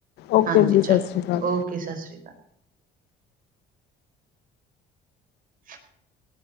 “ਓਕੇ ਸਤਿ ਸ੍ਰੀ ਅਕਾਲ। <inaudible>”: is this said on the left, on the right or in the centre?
Right